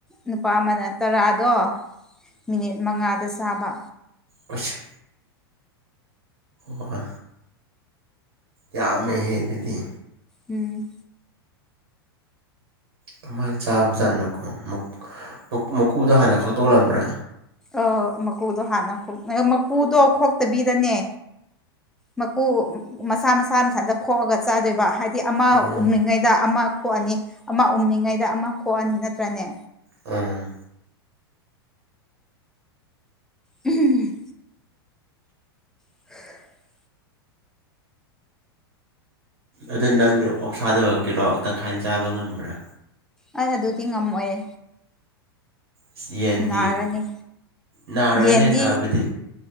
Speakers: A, in the centre; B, on the right.
A: ꯅꯨꯄꯥ ꯑꯃꯅ ꯇꯔꯥꯗꯣ ꯃꯤꯅꯤꯠ ꯃꯉꯥꯗ ꯆꯥꯕ
B: ꯑꯣꯏꯁ ꯋꯥ꯫ ꯌꯥꯝꯃꯦꯍꯦ ꯑꯗꯨꯗꯤ
A: ꯎꯝ
B: ꯀꯃꯥꯏ ꯆꯥꯕ ꯖꯥꯠꯅꯣꯀꯣ ꯃꯛ ꯃꯛ ꯃꯀꯨꯗꯣ ꯍꯥꯟꯅ ꯈꯛꯇꯣꯛꯂꯝꯕ꯭ꯔꯥ
A: ꯑ ꯃꯀꯨꯗꯣ ꯍꯥꯟꯅ ꯈꯣꯛ ꯃꯀꯨꯗꯣ ꯈꯣꯛꯇꯕꯤꯗꯅꯦ ꯃꯀꯨ ꯃꯁꯥ ꯃꯁꯥ ꯃꯊꯟꯗ ꯈꯣꯛꯑꯒ ꯆꯥꯗꯣꯏꯕ ꯍꯥꯏꯗꯤ ꯑꯃ
B: ꯎꯝ
A: ꯎꯃꯤꯉꯩꯗ ꯑꯃ ꯈꯣꯛꯑꯅꯤ ꯑꯃ ꯎꯝꯃꯤꯉꯩꯗ ꯑꯃ ꯈꯣꯛꯑꯅꯤ ꯅꯠꯇ꯭ꯔꯅꯦ
B: ꯑ
A: ꯎꯝ <unintelligible>
B: ꯑꯗꯨ ꯅꯪ ꯑꯣꯛꯁꯥꯗꯣ ꯀꯤꯂꯣ ꯇꯪꯈꯥꯏꯗ ꯆꯥꯕ ꯉꯝꯕ꯭ꯔꯥ
A: ꯑꯩ ꯑꯗꯨꯗꯤ ꯉꯝꯃꯣꯏꯌꯦ
B: ꯏꯁ ꯌꯦꯟꯗꯤ
A: ꯅꯥꯔꯅꯤ
B: ꯅꯥꯔꯣꯏꯍꯦ
A: ꯌꯦꯟꯗꯤ꯫
B: ꯅꯥꯕꯗꯤ